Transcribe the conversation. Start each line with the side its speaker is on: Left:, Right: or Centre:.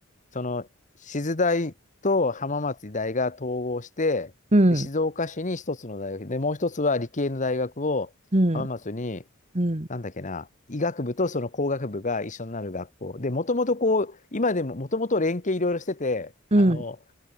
Left: その、静大と浜松大が統合して、
Right: うん。
Left: で、
Right: うん。
Left: 静岡市に一つの大学、で、もう一つは理系の大学を浜松に、
Right: うん。うん。
Left: なんだっけな、医学部とその工学部が一緒になる学校。で、もともとこう、今でももともと連携いろいろしてて、あの、
Right: うん。